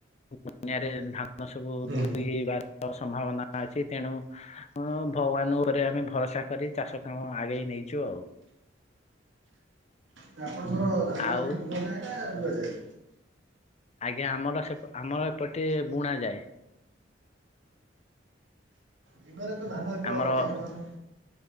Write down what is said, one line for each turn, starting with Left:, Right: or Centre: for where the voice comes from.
Left: ବନ୍ୟାରେ ଧାନ ସବୁ
Right: ହୁଁ
Left: ଧୋଇବାର ସମ୍ଭାବନା ଅଛି ତେଣୁ ହଁ ଭଗବାନ ଉପରେ ଆମେ ଭରସା କରି ଚାଷ କାମ ଆଗେଇ ନେଇଚୁ ଆଉ।
Right: ଯେ ଆପଣଙ୍କର ଧାନ
Left: ଆଉ
Right: ସେଠି ବୁଣା ଯାଏ ନା ରୁଆଯାଏ?
Left: ଆଜ୍ଞା ଆମର ସେପ ଆମର ଏପଟେ ବୁଣା ଯାଏ।
Right: ବିଲରେ ତ ଧାନ ଏତେ
Left: ଆମର
Right: ଅଧିକା ହଉନି।